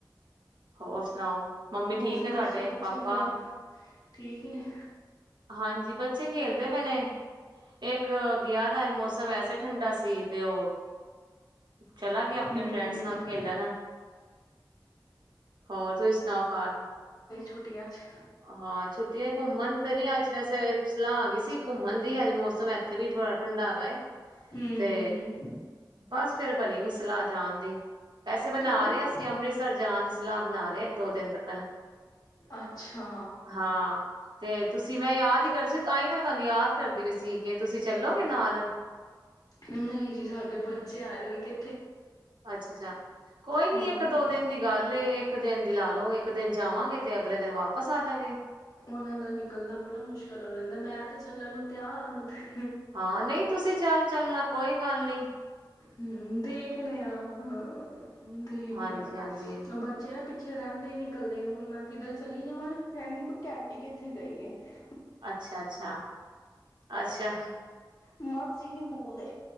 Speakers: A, on the right; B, on the left.
A: ਹੋਰ। ਨਾਂਓ। ਮੰਮੀ
B: ਹੋਰ
A: ਠੀਕ
B: ਸੁਣਾਓ
A: ਨੇ ਤੁਹਾਡੇ
B: ਤੁਸੀਂ ਬੱਚੇ
A: ਪਾਪਾ
B: ਵਗੈਰਾ ਠੀਕ ਨੇ?
A: ਹਾਂਜੀ ਬੱਚੇ ਖੇਲਦੇ ਪਏ ਨੇ। ਇੱਕ ਗਿਆ ਦਾ ਮੌਸਮ ਵੈਸੇ ਠੰਡਾ ਸੀ। ਤੇ ਉਹ। ਚਲਾਗੇ ਆਪਣੇ
B: ਹੂੰ
A: ਫਰੈਂਡਸ ਨਾਲ ਖੇਲਣ ਹੋਰ ਤੁਸੀਂ ਸੁਣਾਓ ਘਰ।
B: ਛੁਟੀਆਂ 'ਚ।
A: ਹਾਂ ਛੁੱਟੀਆਂ ਘੁੰਮਣ ਤੇ ਨੀ ਅੱਜ ਜੈਸੇ ਸੁਲਾ ਗਈ ਸੀ ਘੁੰਮਨ। ਦੀ ਅੱਜ ਮੌਸਮ ਇੱਥੇ ਵੀ ਥੋੜਾ ਠੰਡਾ ਗਾਏ
B: ਹੂੰ
A: ਤੇ
B: ਹੂੰ
A: ਬਸ ਫੇਰ ਬਣੀ ਨੀ ਸਲਾਹ ਜਾਣ ਦੀ ਵੈਸੇ ਬਣਾ
B: ਕਿਉਂ
A: ਰਹੇ ਅਸੀਂ ਅੰਮ੍ਰਿਤਸਰ ਜਾਣ ਦੀ। ਸਲਾਹ ਬਣਾ ਰਿਹਾ ਇੱਕ ਦੋ ਦਿਨ ਤੱਕ ਨਾ।
B: ਅੱਛਾ
A: ਹਾਂ ਤੇ ਤੁਸੀਂ ਮੈਂ ਯਾਦ ਹੀ ਕਰਿਸੀ ਤਾਂ ਈ। ਫ ਤੁਹਾਨੂੰ ਯਾਦ ਕਰਦੀ ਵੀ ਸੀ ਕਿ ਤੁਸੀਂ। ਚੱਲੋਗੇ ਨਾਲ
B: ਨਹੀਂ ਜੀ ਸਾਡੇ ਬੱਚੇ ਆਏ ਦੇਨੇ ਕਿ।
A: ਅੱਛਾ ਅੱਛਾ ਕੋਈ
B: ਹਮ,
A: ਨੀ ਇੱਕ ਦੋ ਦਿਨ ਦੀ ਗੱਲ ਇੱਕ। ਇੱਕ ਦਿਨ ਦੀ ਲਾ ਲਓ ਇੱਕ ਦਿਨ ਜਾਵਾਂਗੇ ਤੇ ਅਗਲੇ ਦਿਨ ਵਾਪਸ ਆ ਜਾਗੇ।
B: ਉਹਨਾਂ ਦਾ ਨਿਕਲਣਾ ਬੜਾ ਮੁਸ਼ਕਿਲ ਹੋ ਰਹਿੰਦਾ ਮੈਂ ਤੇ ਚੱਲਣ ਨੂੰ ਤਿਆਰ ਆ ਤੇ।
A: ਹਾਂ ਨਹੀਂ ਤੁਸੀਂ ਚੱਲ ਚੱਲਣਾ ਕੋਈ ਗੱਲ ਨਹੀਂ।
B: ਹਮ ਦੇਖਦੇ ਆ ਹ ਦੇਖਣੇ
A: ਹਾਂਜੀ-ਹਾਂਜੀ
B: ਆ ਬੱਚੇ ਨੇ। ਪਿੱਛੇ ਰਹਿੰਦੇ ਹੀ ਨਿ ਕਲੇ ਹੁਣ ਮੈਂ ਕਿਧਰ ਚਲੀ ਜਾਵਾਂ ਨਾ ਕਹਿੰਗੇ ਘੈਂਟੀ ਕਿੱਥੇ ਗਈ ਏ।
A: ਅੱਛਾ, ਅੱਛਾ, ਅੱਛਾ
B: ਮਾਸੀ ਨੀ ਬੋਲਦੇ।